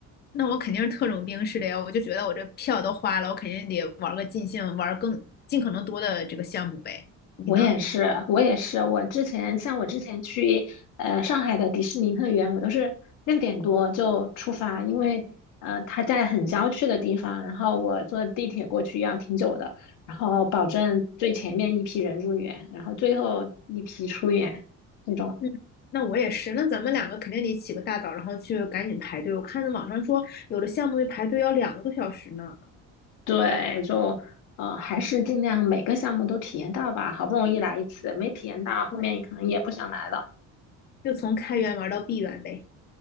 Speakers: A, on the left; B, on the left.
A: 那我肯定是特种兵式的呀，我就觉得我这票都花了，我肯定得玩个尽兴，玩更尽可能多的这个项目呗。你呢？
B: 我也是，我也是。我之前像我之前去呃上海的迪士尼乐园，我都是六点多就出发，因为呃它在很郊区的地方，然后我坐地铁过去要挺久的，然后保证最前面一批人入园，然后最后一批出园那种。
A: 嗯，那我也是，那咱们两个肯定得起个大早，然后去赶紧排队。我看网上说有的项目排队要两个多小时呢，
B: 对，就呃还是尽量每个项目都体验到吧，好不容易来一次，没体验到后面可能也不想来了。
A: 对，就从开园玩到闭园呗。